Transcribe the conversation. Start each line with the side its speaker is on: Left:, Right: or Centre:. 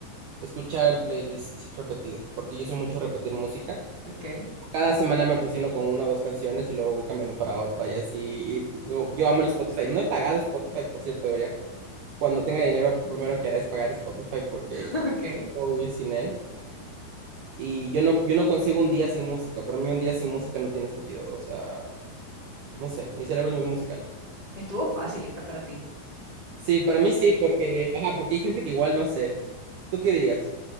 Right: Escuchar el playlist repetido, porque yo soy mucho de repetir música.
Left: Ok.
Right: Cada semana me obsesiono con una o dos canciones y luego voy cambiando para otra y así. Y y yo, yo amo el Spotify. No he pagado Spotify, por cierto, debería.
Left: <laughs>
Right: Cuando tenga dinero, primero que haré es pagar Spotify porque
Left: Ok.
Right: no puedo vivir sin él. Y yo no, yo no concibo un día sin música. Para mí un día sin música no tiene sentido. O sea, no sé, mi cerebro es muy musical.
Left: Estuvo fácil esta para ti.
Right: Sí, para mí sí, porque, ajá, porque hay gente que igual no sé. ¿Tú qué dirías?